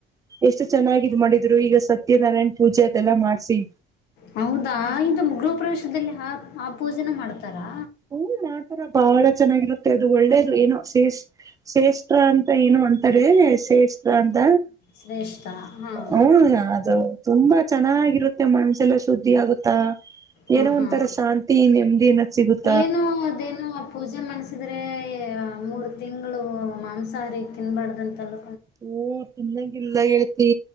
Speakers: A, on the right; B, on the left.
A: ಎಷ್ಟು ಚೆನ್ನಾಗಿದ್ ಮಾಡಿದ್ರು ಈಗ ಸತ್ಯನಾರಾಯಣ್ ಪೂಜೆ ಅದೆಲ್ಲಾ ಮಾಡ್ಸಿ
B: ಹೌದಾ ಇದು ಗೃಹ ಪ್ರ್ರವೇಶದಲ್ಲಿ ಆ ಆ ಪೂಜೆನ ಮಾಡ್ತಾರಾ
A: ಹೂ ಮಾಡ್ತಾರ ಬಹಳ ಚೆನ್ನಾಗಿರುತ್ತೆ ಅದು ಒಳ್ಳೇ ಏನೋ ಶೇ ಶ್ರೇಷಠ ಅಂತ ಏನು ಅಂತ ಸೇಸ್ ಅಂತ
B: ಶ್ರೇಷ್ಠ ಹಾಂ
A: ಹ ಅದು ತುಂಬಾ ಚೆನ್ನಾಗಿರುತ್ತೆ ಮಣಸೆಲ್ಲ ಶುದ್ಧಿ ಆಗುತ್ತಾ
B: ಹಾಂ
A: ಏನೋ
B: ಹಾಂ
A: ಒಂಥರ ಶಾಂತಿ ನೆಮ್ಮದಿ ಏನ್ ಸಿಗುತ್ತ
B: ಏನು ಅದೇನು ಪೂಜೆ ಮಾಡ್ಸಿದ್ರೆ ಮೂರು ತಿಂಗಳು ಮಾಂಸಾಹಾರಿ ತಿನ್ಬಾರ್ದಂತಲ್ಲ
A: ಹಓ ತಿನ್ನಂಗಲ್ಲ ಹೇಳ್ತಿ